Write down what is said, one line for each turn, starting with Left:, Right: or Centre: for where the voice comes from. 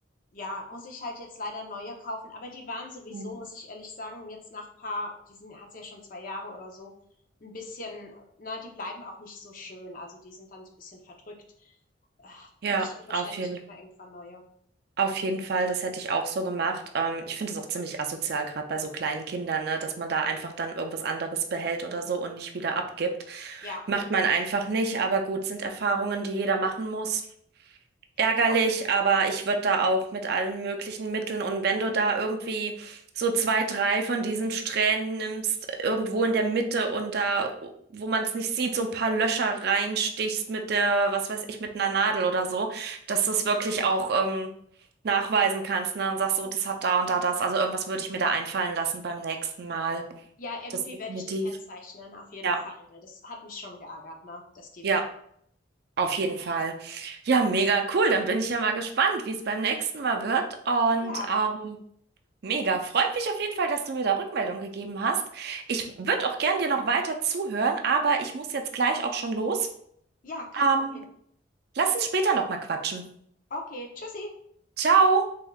Left: ja, muss ich halt jetzt leider neue kaufen. Aber die waren sowieso,
Right: Mhm.
Left: muss ich ehrlich sagen, jetzt nach paar, die sind, hat's ja schon zwei Jahre oder so, ein bisschen, na, die bleiben auch nicht so schön. Also die sind dann so ein bisschen verdrückt. Äh,
Right: ja,
Left: Hätte ich hier wahrscheinlich
Right: auf jeden
Left: immer irgendwann neue.
Right: Auf jeden Fall, das hätte ich auch so gemacht. Ähm, ich finde es auch ziemlich asozial, gerade bei so kleinen Kindern, ne, dass man da einfach dann irgendwas anderes behält oder so und nicht wieder abgibt.
Left: Ja,
Right: Macht man einfach nicht, aber gut, sind Erfahrungen, die jeder machen muss ärgerlich,
Left: ja,
Right: aber ich würde da auch mit allen möglichen Mitteln und wenn du da irgendwie so zwei, drei von diesen Strähnen nimmst, irgendwo in der Mitte und da, wo man es nicht sieht, so ein paar Löcher reinstichst mit der, was weiß ich, mit einer Nadel oder so, dass du es wirklich auch ähm, nachweisen kannst, ne? Und sagst so, das hat da und da das. Also irgendwas würde ich mir da einfallen lassen beim nächsten Mal.
Left: ja, irgendwie
Right: Das definitiv.
Left: werde ich die kennzeichnen, auf jeden
Right: Ja,
Left: Fall, weil das hat mich schon geärgert, ne, dass die
Right: ja.
Left: weg waren.
Right: Auf jeden Fall. Ja, mega cool. Dann bin ich ja mal gespannt, wie es beim nächsten Mal wird. Und
Left: Ja,
Right: ähm, mega. Freut mich auf jeden Fall, dass du mir da Rückmeldung gegeben hast. Ich würde auch gern dir noch weiter zuhören, aber ich muss jetzt gleich auch schon los.
Left: ja, ja, kein
Right: Ähm,
Left: Problem.
Right: lass uns später nochmal quatschen.
Left: Okay, tschüssi.
Right: Ciao.